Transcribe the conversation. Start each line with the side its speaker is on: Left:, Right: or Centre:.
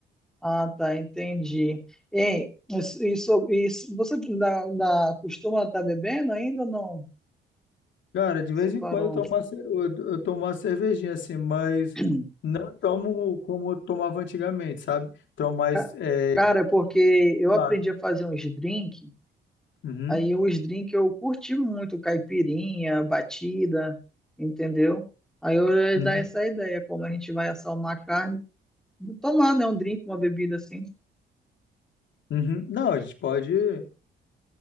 Centre: Ah, tá, entendi. Ei, isso, isso, isso- você da, da- costuma estar bebendo ainda ou não?
Left: Cara, de
Centre: Você
Left: vez
Centre: parou?
Left: em quando eu tomo uma, ce- eu, eu tomo uma cervejinha assim, mas
Centre: <clears throat>
Left: não tomo como eu tomava antigamente, sabe? Tomo mais
Centre: Ca-
Left: é,
Centre: Cara, é porque eu
Left: lá.
Centre: aprendi a fazer uns drink,
Left: Uhum,
Centre: aí os drink eu curti muito, caipirinha, batida, entendeu? Aí eu ia
Left: uhum,
Centre: dar essa ideia, como a gente vai assar uma carne, tomar, né, um drink, uma bebida assim.
Left: uhum. Não, a gente pode, a